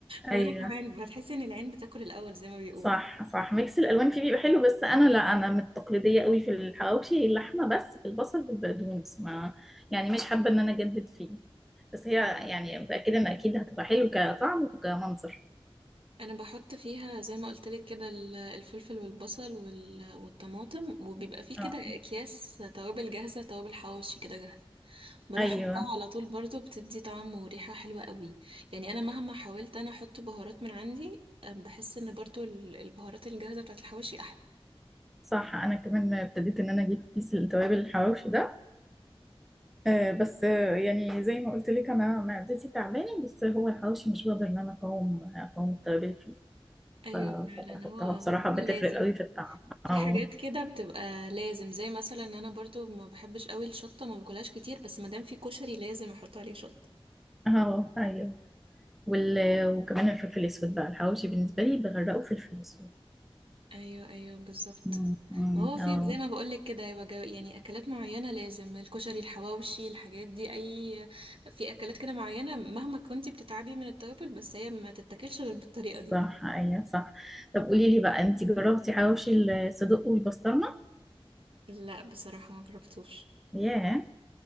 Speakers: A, on the right; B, in the centre.
A: وانا
B: أيوه
A: كمان بتحس ان العين بتاكل الاول زي ما بيقولوا
B: صح صح ميكس الالوان فيه بيبقى حلو بس انا لا انا من التقليديه قوي في الحواوشي اللحمه بس البصل بالبقدونس ما يعني مش حابه ان انا اجدد فيه بس هي
A: اه
B: يعني متاكده ان اكيد هتبقى حلو كطعم وكمنظر
A: انا بحط فيها زي ما قلت لك كده ال- الفلفل والبصل وال- والطماطم وبيبقى فيه
B: اه
A: كده اكياس توابل جاهزه توابل حواوشي كده جاهزه بروح
B: ايوه
A: احطها على طول برضو بتدي طعم وريحه حلوه قوي يعني انا مهما حاولت انا احط بهارات من عندي أم، بحس ان برضو ال- البهارات الجاهزه بتاعت الحواوشي احلى
B: صح انا كمان ابتديت ان انا اجيب كيس التوابل الحواوشي ده آه بس آه يعني زي ما قلت لك انا معدتي تعبانه بس هو الحواوشي مش بقدر ان انا اقاوم اقاوم التوابل فيه
A: ايوه
B: ف-
A: فعلا
B: فبحطها
A: هو
B: بصراحه
A: هو
B: بتفرق
A: لازم
B: قوي في الطعم
A: في
B: اه
A: حاجات كده بتبقى لازم زي مثلا ان انا برضو ما بحبش قوي الشطه ما باكلهاش كتير بس ما دام في كشري لازم احط عليه شطه
B: اه ايوه وال... وكمان الفلفل الأسود بقى الحواوشي بالنسبة لي بغرقه فلفل أسود
A: ايوه ايوه بالظبط
B: مم. مم.
A: ما هو في
B: اه
A: زي ما بقولك كده يبقى جو- يعني اكلات معينه لازم الكشري الحواوشي الحاجات دي اي في اكلات كده معينه مهما كنتي بتتعبي من التوابل بس هي ما تتاكلش غير بالطريقه دي
B: صح ايوه صح طب قولي لي بقى انت جربتي حواوشي الصدق والبسطرمه
A: لا بصراحه ما جربتوش
B: ياه